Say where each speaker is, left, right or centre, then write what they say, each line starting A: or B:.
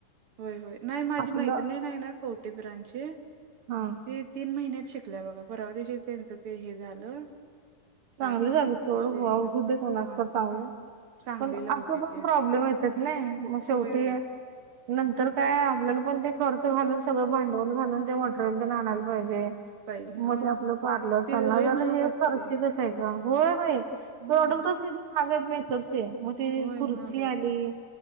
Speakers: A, on the right (about 55°); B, on the right (about 75°).
A: व्हयं व्हयं, नाही माझी
B: आपलं
A: मैत्रीण हाय नां कवटे ब्रांचची, ती
B: हा
A: तीन महिन्यात शिकलाय बघा, परवा दीशीच त्यांचं ते हे झालं
B: चांगली
A: काय म्हणतात
B: झाली सोड
A: शेवटच
B: व्हावं, हुदे कुणाचं
A: हा
B: पण चांगल
A: सांगलीला
B: पण
A: होती
B: असं पण
A: ती.
B: प्रॉब्लेम येतात ना मग शेवटी
A: होय होय.
B: नंतर काय आपल्याला पण ते खर्च घालून सगळं भांडवल घालून ते मटेरियल तर आणायला पाहिजे.
A: पाहिजे
B: मग
A: हा
B: ते आपलं पार्लर
A: ते
B: चालणार,
A: लय
B: जरा
A: महाग
B: ये
A: असते
B: खर. तेव्हा होय बै. प्रोडक्टच
A: हा
B: किती कागत नाहीत. मग ते
A: होय
B: खुर्ची
A: महाग आहेत.
B: आली